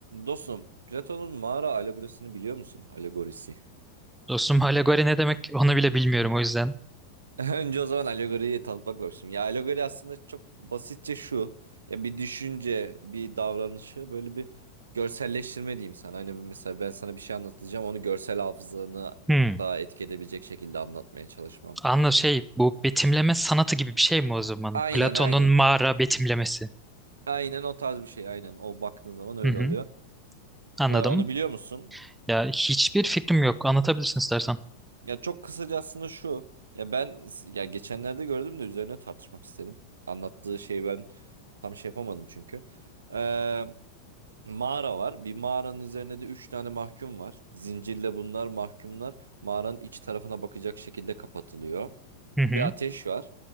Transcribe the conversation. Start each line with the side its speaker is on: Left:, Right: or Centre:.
Right: Dostum, Platon'un mağara alegorisini biliyor musun? Alegorisi.
Centre: Dostum alegori ne demek onu bile bilmiyorum o yüzden.
Right: <laughs> Önce o zaman alegoriyi tanıtmak başlayayım. Ya alegori aslında çok basitçe şu. Ya bir düşünce, bir davranışı böyle bir görselleştirme diyeyim sana. Hani mesela ben sana bir şey anlatacağım. Onu görsel hafızanı
Centre: Hmm.
Right: daha etki edebilecek şekilde anlatmaya çalışmam.
Centre: Anla şey bu betimleme sanatı gibi bir şey mi o zaman?
Right: Aynen
Centre: Platon'un
Right: aynen.
Centre: mağara betimlemesi.
Right: Aynen o tarz bir şey aynen. O baktığın zaman öyle
Centre: Hı hı.
Right: oluyor.
Centre: Anladım.
Right: Ee, onu biliyor musun?
Centre: Ya hiçbir fikrim yok. Anlatabilirsin istersen.
Right: Ya çok kısaca aslında şu. Ya ben ya geçenlerde gördüm de üzerine tartışmak isterim. Anlattığı şey ben tam şey yapamadım çünkü. Ee, mağara var. Bir mağaranın üzerinde de 3 tane mahkum var. Zincirle bunlar mahkumlar mağaranın iç tarafına bakacak şekilde kapatılıyor.
Centre: Hı hı.
Right: Ve ateş var.